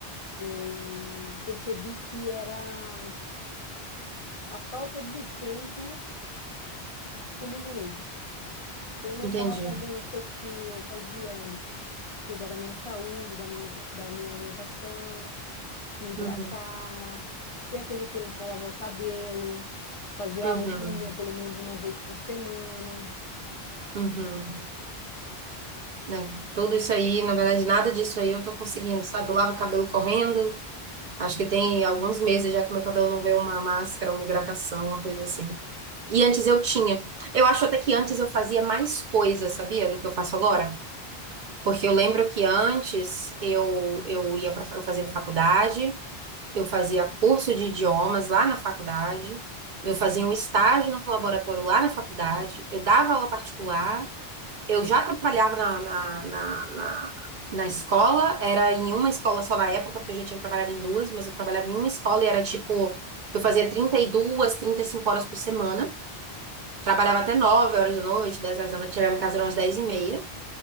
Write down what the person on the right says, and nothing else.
entendi.
Uhum,
uhum,
uhum. É, tudo isso aí, na verdade, nada disso aí eu tô conseguindo, sabe? Eu lavo o cabelo correndo, acho que tem alguns meses já que meu cabelo não vê uma máscara, uma hidratação, uma coisa assim. E antes eu tinha. Eu acho até que antes eu fazia mais coisas, sabia, do que eu faço agora? Porque eu lembro que antes eu, eu ia para eu fazia faculdade, eu fazia curso de idiomas lá na faculdade, eu fazia um estágio no laboratório lá na faculdade, eu dava aula particular, eu já trabalhava na, na, na, na, na escola, era em uma escola só na época, porque eu já tinha trabalhado em duas, mas eu trabalhava em uma escola e era tipo, eu fazia trinta trinta e duas trinta e cinco horas por semana. Trabalhava até 9 horas da noite, 10 horas da noite, chegava em casa umas 10 e meia.